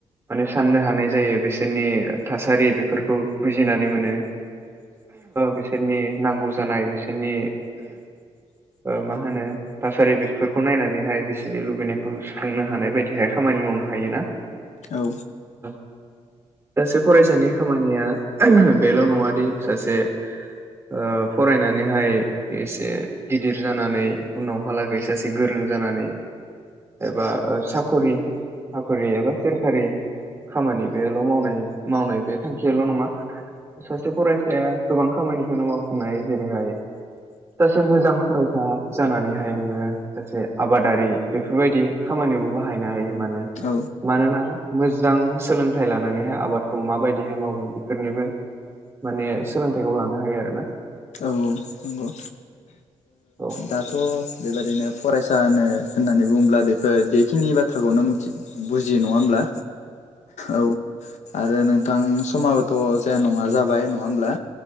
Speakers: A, on the right; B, on the left.
A: माने साननो हानाय जायो बिसोरनि थासारि बेफोरखौ बुजिनानै मोनो बिसोरनि नांगौ जानाय बिसोरनि ओ मा होनो थासारि बेफोरखौ नायनानैहाय बिसोरनि लुबैनायखौ सुफुंनो हानाय बायदिहाय खामानि खामानि मावनो हायो ना
B: औ
A: सासे फरायसानि खामानिया बेल' नंङादि सासे ओ फरायनानैहाय एसे गिदिर जानानै उनावहालागै सासे गोरों जानानै एबा साखरि साखरि एबा सोरखारि खामानि बेल मावनाय मावनाय बे थांखियाल नंङा सासे फरायसाया गोबां खामानिखौनो मावफुंनो हायो जेरैहाय सासे मोजां फरायसा जानानैहाय नोंङो सासे आबादारि बेफोरबायदि खामानि बो बाहायनो हायो मानो
B: औ
A: मानोना मोजां सोलोंथाइ लानानैहाय आबादखौ माबायदिहाय मावगोन बेफोरनिबो माने सोलोंथाइखौ लानो हायो आरोना
B: उम नंगौ
A: औ
B: दाथ' बेबायदिनो फरायसानो होननानै बुंङोब्ला बेफोर बेखिनि बाथ्राखौनो मिथि बुजियो नंङा नंङाहोनबला औ आरो नोंथां समाबोथ' जाया नंङा ज बाय नंङा होमब्ला